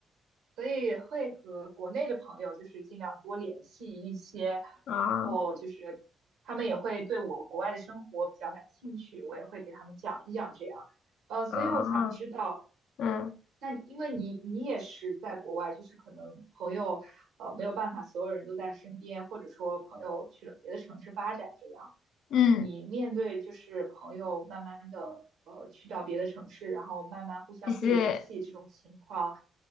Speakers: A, on the right; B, on the left.
A: 所以会和国内的朋友就是尽量多联系一些，
B: 啊
A: 然后就是他们也会对我国外的生活比较感兴趣，我也会给他们讲一讲这样，呃，所以我想知道。
B: 啊！嗯
A: 那你因为你你也是在国外，就是可能朋友呃没有办法，所有人都在身边，或者说朋友去了别的城市发展这样，
B: 嗯，
A: 你面对就是朋友慢慢的呃去到别的城市，然后慢慢互相不联系这种情况，
B: 就是